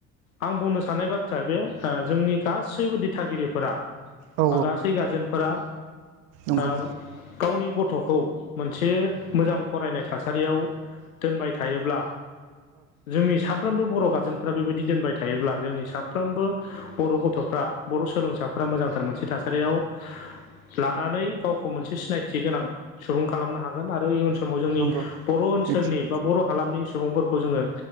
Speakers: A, on the left; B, on the right.
A: आं बुंनो साननाय बाथ्राया बे जोंनि गासैबो दिथागिरिफोरा
B: औ
A: बा गासै गारजेनफोरा
B: औ
A: ओ
B: औ
A: गावनि गथ'खौ मोनसे मोजां फरायनाय थासारियाव दोनबाय थायोब्ला जोंनि सा फ्रोमबो बर' गारजेनफ्रा बेबायदि दोनबाय थायोब्ला जोंनि साफ्रोमबो बर' गथ'फ्रा बर' सोलोंसाफ्रा मोजांथार मोनसे थासारियाव लानानै गावखौ मोनसे सिनायथि गोनां सुबुं खालामनो हागोन आरो इयुन समाव जोंनि
B: नंगौ
A: बर' ओनसोलनि
B: निस्सय
A: बर' हालामनि सुबुंफोरखौ जोङो